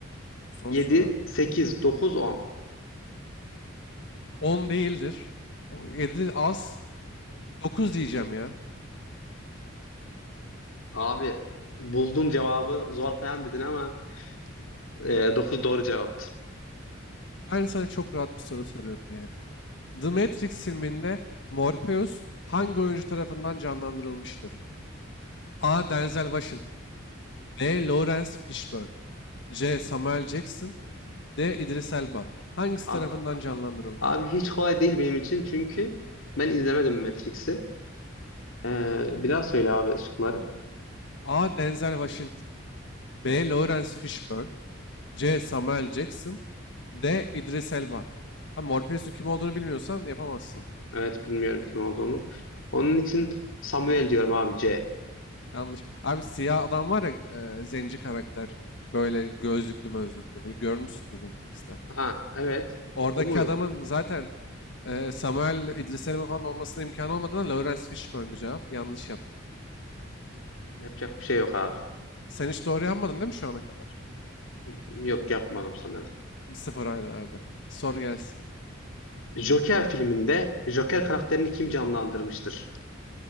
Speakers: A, on the left; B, on the left.
A: Zor
B: 7,
A: soru ha.
B: 8, 9, 10.
A: 10 değildir. 7 az. 9 diyeceğim ya.
B: Abi buldun cevabı zor falan dedin ama e, 9 doğru cevaptı.
A: Ben sana çok rahat bir soru soruyorum yani. The Matrix filminde Morpheus hangi oyuncu tarafından canlandırılmıştır? A. Denzel Washington B. Lawrence Fishburne C. Samuel Jackson D. Idris Elba Hangisi
B: Abi
A: tarafından
B: a-
A: canlandırıldı
B: abi
A: abi?
B: hiç kolay değil benim için çünkü ben izlemedim Matrix'i. Ee, bir daha söyle abi şıkları.
A: A. Denzel Washington B. Lawrence Fishburne C. Samuel Jackson D. Idris Elba. Ha, Morpheus'un kim olduğunu bilmiyorsan yapamazsın.
B: Evet bilmiyorum kim olduğunu. Onun için Samuel diyorum abi C.
A: Yanlış. Abi siyah adam var ya e, zenci karakter. Böyle gözlüklü mözlüklü. Bir görmüşsündür Matrix'te.
B: Ha evet.
A: Oradaki
B: O mu?
A: adamın zaten e, Samuel İdris Elba falan olmasına imkan olmadığına Lawrence Fishburne'du cevap. Yanlış yaptın.
B: Yapacak bir şey yok abi.
A: Sen hiç doğru yapmadın değil mi şu ana kadar?
B: Yok yapmadım sanırım.
A: Bir sıfır hala abi. Sor gelsin.
B: Joker filminde Joker karakterini kim canlandırmıştır?